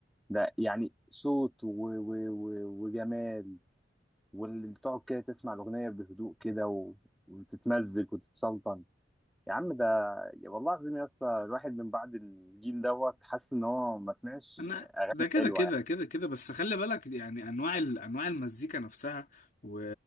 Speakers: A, in the centre; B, on the left.
A: ده يعني صوت و و و وجمال واللي بتقعد كده تسمع الاغنيه بهدوء كده و- وتتمزج وتتسلطن يا عم ده يا والله العظيم يا اسطى الواحد من بعد الجيل دوت حاسس ان هو ما سمعش
B: انا ده كده
A: حلوه
B: كده
A: يعني
B: كده كده بس خلي بالك يعني انواع ال- انواع المزيكا نفسها و...